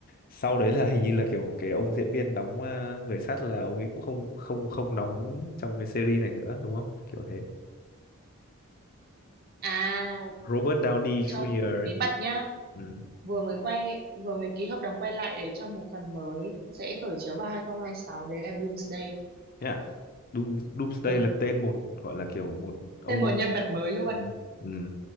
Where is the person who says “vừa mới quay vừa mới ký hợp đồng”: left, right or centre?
Right